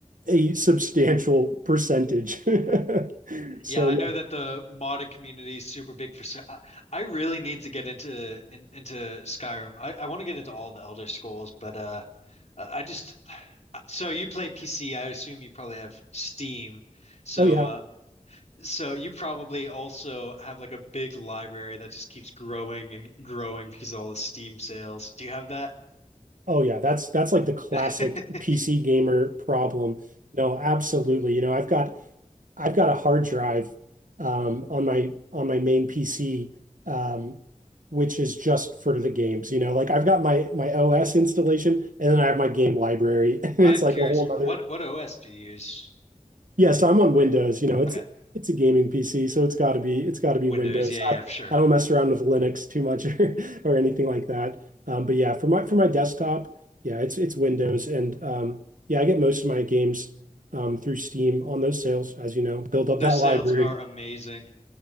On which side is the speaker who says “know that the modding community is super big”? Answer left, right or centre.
Left